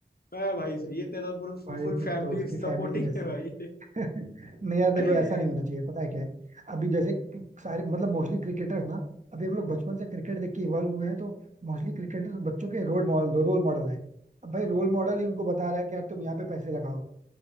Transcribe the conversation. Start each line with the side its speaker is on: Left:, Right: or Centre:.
Left: मैं <laughs> भाई सही है तेरा पूरा
Right: भाई
Left: फुल फैमिली
Right: फिर तो उसकी
Left: सपोर्टिंग
Right: फैमिली वैसी
Left: है भाई
Right: <laughs> नहीं यार देखो
Left: <laughs> हम्म
Right: ऐसा नहीं होना चाहिए पता है क्या है अभी जैसे कि सारे मतलब मोस्टली क्रिकेटर्स ना अभी हम लोग बचपन से क्रिकेट देख के इवॉल्व हुए हैं तो मोस्टली क्रिकेटर्स बच्चों के रोल मॉडल रोल मॉडल हैं अब भाई रोल मॉडल ही उनको बता रहा है कि यार तुम यहाँ पे पैसे लगाओ